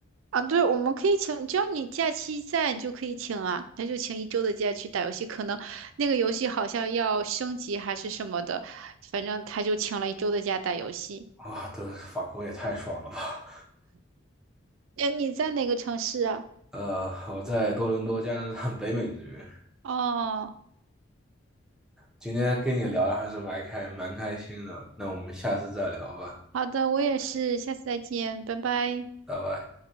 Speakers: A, on the right (about 80°); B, in the centre.
A: 啊。对，我们可以请，只要你假期在，你就可以请啊。他就请一周的假去打游戏，可能那个游戏好像要升级还是什么的，反正他就请了一周的假打游戏。
B: 哇，这法国也太爽了吧！
A: 那你在哪个城市啊？
B: 呃，我在多伦多，加拿大 <laughs> 北美这边。
A: 哦，
B: 今天跟你聊的还是蛮开蛮开心的，那我们下次再聊吧，
A: 好的，我也是，下次再见，拜拜。嗯。
B: 拜拜。